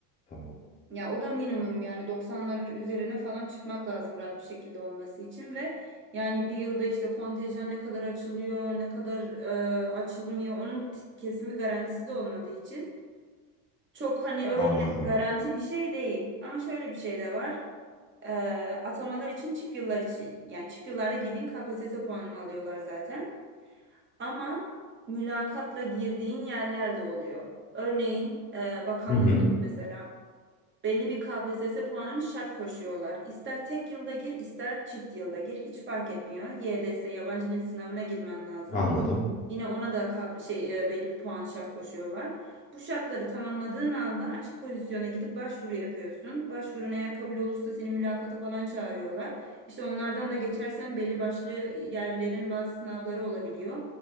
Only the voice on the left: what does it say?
Tamam.
Anladım.
Hı hı,
anladım.